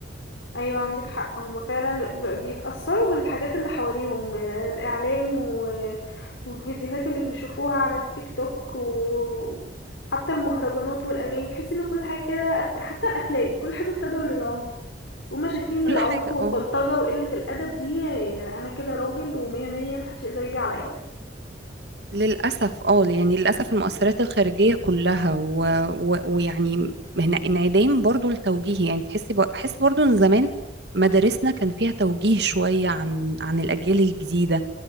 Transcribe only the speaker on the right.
كل
حاجه
اه
للاسف اه يعني للاسف المؤثرات الخارجيه كلها و... و... ويعني هنا انعدام برضو التوجيه يعني تحسي ب... بحس برضو ان زمان مدارسنا كان فيها توجيه شويه عن عن الاجيال الجديده